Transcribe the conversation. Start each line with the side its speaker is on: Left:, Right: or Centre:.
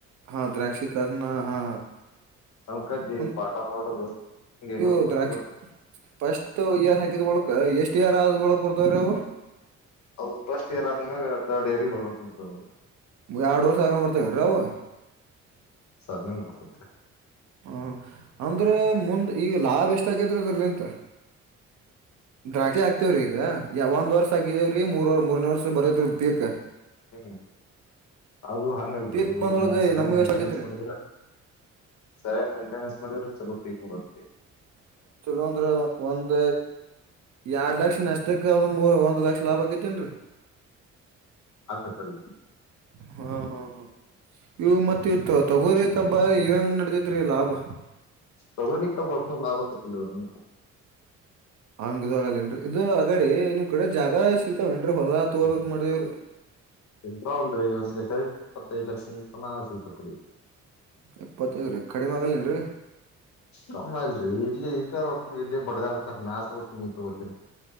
Right: ಹಾ ದ್ರಾಕ್ಷಿ ಕನ್ನ ಹಾ
Left: ಅದು ಕಡ್ಡಿ
Right: ಒಂದ್-
Left: ಬಾಟಾ ಮಾಡೋದು ಹಿಂಗ ಏನ್
Right: ಇವು
Left: ನೋಡ್ಕೊತಿರ್ಬೇಕ್ರಿ
Right: ದ್ರಾಕ್ಷಿ ಫಸ್ಟ್ ಇಯರ್ ಹಾಕಿದ್ ಹೊಳಕ್ ಎಷ್ಟ್ ಇಯರ್ ಆದ್ ಹೊಳಕ್ ಬರ್ತಾವ್ರೀ ಅವು
Left: ಅವು ಫಸ್ಟ್ ಇಯರ್ ಆದ್ಮ್ಯಾಗ ಥರ್ಡ್ ಇಯರ್ ಗೆ ಬರ್ತಾವ ನೋಡ್ರಿ ಅವು
Right: ಎರಡ್ ವರ್ಷ ಆದ್ಮೇಲೆ ಬರ್ತಾವೇನ್ರಿ ಅವು
Left: ವರ್ಷ ಆದ್ಮೇಲೆ ಬರ್ತೆತ್ರಿ
Right: ಹ ಅಂದ್ರೆ ಮುಂದ್ ಈಗ ಲಾಭ ಎಷ್ಟ ಐತೈತ್ರಿ ಅದೂರ್ಲಿಂತ ದ್ರಾಕ್ಷಿ ಹಾಕ್ತೀವ್ರೀಗ ಯಾವ ಒಂದ್ ವರ್ಷ ಹಾಕಿದೇವ್ರೀ ಮೂರ್ರ್ ಮೂರ್ನೇ ವರ್ಷ ಬರೋತ್ರಿ ಪೀಕ್
Left: ಹ್ಮ್ ಅದು ಹಂಗಲ್ ರೀ
Right: ಪೀಕ್ ಬಂದೊಳಗ
Left: ಅದು ನಾವು ಸರಿಯಾಗಿ
Right: ನಮ್ಗ್
Left: ಮೈಂಟೆನೆನ್ಸ್
Right: ಎಷ್ಟ ಆಕೇತ್ರಿ
Left: ಮಾಡಿದ್ರ ಸರಿಯಾಗಿ ಮೈಂಟೆನೆನ್ಸ್ ಮಾಡಿದ್ರ ಚಲೋ ಪೀಕ್ ಹಾ ಬರ್ತಿ
Right: ಚಲೋ ಅಂದ್ರ ಒಂದ ಎರಡ್ ಲಕ್ಷ ನಷ್ಟಕ್ಕೆ ಒಂದ್ ಮೂ ಒಂದ್ ಲಕ್ಷ ಲಾಭ ಆಕ್ಕತೇನ್ರಿ
Left: ಆಕತರ್ಲ್ಲ
Right: ಹಾ ಹಾ ಹಾ ಇವು ಮತ್ತೆ ಇವು ತಗೋರಿ ಕಬ್ಬ ಇವಂಗ ನಡದ ಕರೆ ಲಾಭ
Left: ತೊಗರಿ ಕಬ್ಬ ಅದನು ಲಾಭ ಆಕ್ಕತಿಲ್ಲ ಅದನು ರಿ
Right: ಹಾಂಗ್ ಇದು ಆಗಲೇನ್ರಿ ಇದು ಅಗಡಿ ನಿಮ್ ಕಡೆ ಜಾಗ ಸಿಗ್ಕ್ತಾವ ಏನ್ರೀ ಹೊಲಾ ತೋಗಬೇಕು ಮಾಡೆವರೀ
Left: ಸಿಗತಾವಲ್ರಿ ಒಂದ್ ಎಕರೆ ಇಪ್ಪತ್ತೈದ್ ಲಕ್ಷ ತನ ಸಿಗತೈತ್ರಿ
Right: ಇಪ್ಪತ್ತೈದ ರೀ ಕಡಿಮೆ ಆಗಲ್ ಏನ್ರೀ
Left: ಕಮ್ಮಿ ಆಯ್ತ್ ರಿ ಇಲ್ಲಿ ಇಟಾ ರೊಕ್ಕ ಇಲ್ಲಿ ಬಡ್ದಾಡ್ತಾರ ನಾ ತಗೋತಿನ ನೀ ತಗೋತಿನ್ ಅಂತ